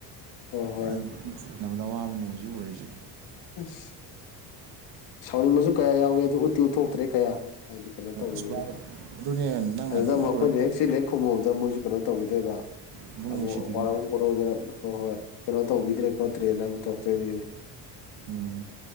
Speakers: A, on the left; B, on the right.
A: ꯍꯣꯏ ꯍꯣꯏ
B: ꯑꯥ ꯅꯕꯗ ꯑꯋꯥꯕꯅꯤ ꯍꯧꯖꯤꯛ ꯑꯣꯏꯔꯤꯁꯦ
A: ꯑꯁ ꯁꯥꯎꯅꯤꯡꯕꯁꯨ ꯀꯌꯥ ꯌꯥꯎꯋꯦ ꯑꯗꯨ ꯎꯠꯇꯤ ꯎꯊꯣꯛꯇ꯭ꯔꯦ ꯀꯌꯥ ꯍꯥꯏꯗꯤ ꯀꯩꯅꯣ ꯇꯧꯕꯅꯤꯅ
B: ꯁꯨꯃꯥꯏ ꯑꯗꯨꯅꯦ ꯅꯪꯅ
A: ꯑꯗꯨꯗ
B: ꯑꯗꯨ
A: ꯑꯃꯨꯛ
B: ꯎꯠꯂꯨꯔ
A: ꯑꯩꯈꯣꯏꯅ ꯍꯦꯛ ꯆꯤꯜ ꯍꯦꯛ ꯈꯨꯝꯃꯨꯕꯗ ꯃꯣꯏꯁꯨ ꯀꯩꯅꯣ ꯇꯧꯈꯤꯗꯣꯏꯕ
B: ꯄꯨꯛꯅꯤꯡ
A: ꯑꯃꯨꯛ
B: ꯅꯨꯡꯁꯤꯗꯣꯏꯅꯤ
A: ꯋꯥꯔꯧ ꯄꯨꯔꯧꯗꯅ ꯍꯣꯏ ꯍꯣꯏ ꯀꯩꯅꯣ ꯇꯧꯕꯤꯗ꯭ꯔꯦ ꯈꯣꯠꯇ꯭ꯔꯦꯅ ꯑꯃꯨꯛ ꯇꯧꯗꯣꯏꯅꯤꯅꯦ
B: ꯎꯝ